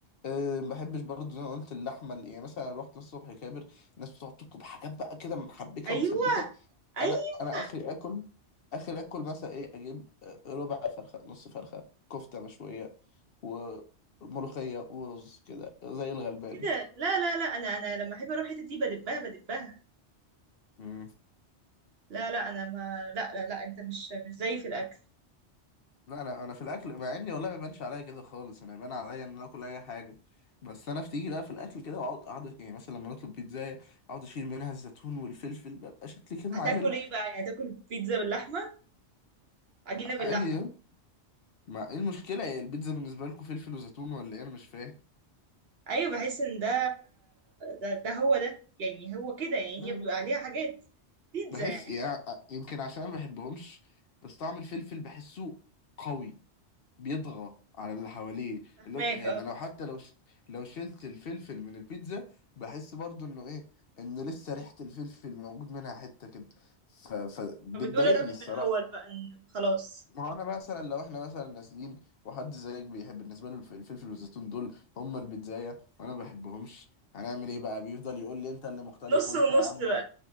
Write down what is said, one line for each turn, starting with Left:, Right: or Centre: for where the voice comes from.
Left: أه ما بحبش برضه زي ما قلت اللحمه اللي- يعني مثلا رحت الصبح كابر الناس بتقعد تطلب حاجات بقى كده محبكه
Right: ايوه
Left: ومسبكه
Right: ايوه
Left: انا انا اخري اكل اخري اكل مثلا ايه اجيب آه، ربع فرخه نص فرخه كفته مشويه وملوخية ورز كده زي الغلبان
Right: كده لا لا لا انا انا لما احب اروح الحتة دي بدبها بدبها
Left: مم.
Right: لا لا انا ما لا لا لا انت مش مش زيي في الاكل
Left: لا انا انا في الاكل مع اني والله ما بيبانش عليا كده خالص انا يبان عليا ان انا اكل اي حاجه بس انا بتيجي بقى في الاكل كده واقعد اقعد يعني مثلا لما نطلب بيتزا اقعد اشيل منها الزيتون والفلفل ببقى شكلي كده
Right: هتاكل
Left: عامل
Right: ايه بقى يعني تاكل بيتزا باللحمة عجينة باللحمة
Left: عادي يعني. ما ايه المشكله هي البيتزا بالنسبه لكم فلفل وزيتون ولا ايه انا مش فاهم
Right: ايوه بحس ان ده ده, ده هو ده يعني هو كده يعني
Left: لا
Right: هي بيبقى
Left: لا
Right: عليها حاجات بيتزا
Left: بحس
Right: يعني
Left: يعني يمكن عشان ما بحبهمش بس طعم الفلفل بحسه قوي بيطغى على اللي حواليه
Right: فاهماك
Left: اللي هو يعني
Right: اه
Left: لو حتى لو ش... لو شلت الفلفل من البيتزا بحس برضو انه ايه انه لسه ريحة الفلفل موجود منها حتة كده ف... فبتضايقني
Right: فبتقول الراجل
Left: الصراحة
Right: من الاول بقى إن خلاص
Left: ما هو انا مثلا لو احنا مثلا نازلين وحد زيك بيحب بالنسبة له الف- الفلفل والزيتون دول هم البيتزاية وانا ما بحبهمش هنعمل ايه بقى بيفضل يقول لي انت اللي مختلف
Right: نص
Left: وانت
Right: ونص
Left: يا عم
Right: بقى